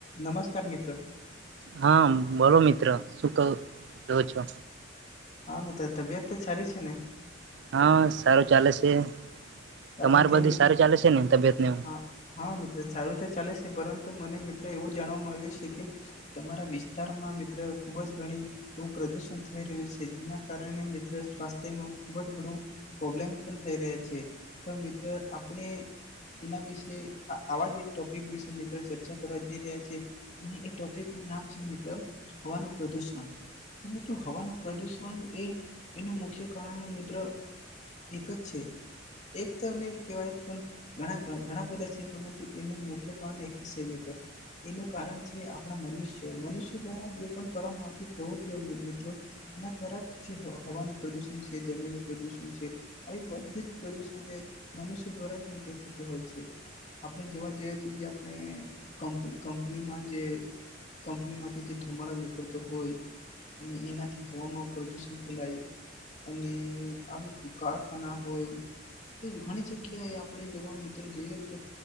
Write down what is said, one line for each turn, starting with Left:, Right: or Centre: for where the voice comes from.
Left: નમસ્કાર મિત્ર.
Right: હા બોલો મિત્ર શું કહ છો.
Left: હા મિત્ર તબિયત તો સારી છે ને.
Right: હા સારું ચાલે છે.
Left: કારણ
Right: તમાર
Left: કે
Right: બધું
Left: મિત
Right: સારું ચાલે છે ને તબિયત ને એવું?
Left: હા હા મિત્ર સારું રીતે ચાલે છે. પરંતુ મને મિત્ર એવું જાણવા મળ્યું છે કે તમારા વિસ્તારમાં મિત્ર ખુબ જ ગણી એવું પ્રદુષણ થઈ રહ્યું છે જેના કારણે મિત્ર સ્વાસ્થ્યમાં ખુબ જ ઘણું પ્રોબ્લેમ પણ થઈ રહ્યા છે. તો મિત્ર આપણે એના વિશે આવા જ એક ટોપિક વિશે મિત્ર ચર્ચા કરવા જઈ રહ્યા છીએ અને એ ટોપિકનું નામ છે મિત્ર હવાનું પ્રદુષણ તો મિત્રો હવાનું પ્રદુષણ એ એનું મુખ્ય કારણ મિત્ર એક જ છે. એક તોને કહેવાય પણ ઘણા ઘણા બધા છે પરંતુ એનું મુખ્ય કારણ એક છે મિત્રો એનું કારણ છે આપણા મનુષ્ય. મનુષ્યો દ્વારા જે પણ કરવામાં આવતી પ્રવૃતિઓ મિત્રો એના દ્વારા જે હવાનું પ્રદુષણ છે જમીનનું પ્રદુષણ છે આવી બધ જ પ્રદૂષણ એ મનુષ્ય દ્વારા જ મિત્ર થતું હોય છે આપણે જોવા જઈએ તો જે આપણે કંપ કંપનીમાં જે કંપનીમાંથી જે ધુમાડો નીકળતો હોય અને એનાથી હવામાં પ્રદુષણ ફેલાય અને આવી કારખાના હોય. ઘણી જગ્યાએ આપણે જોવા મિત્રો જોઈએ તો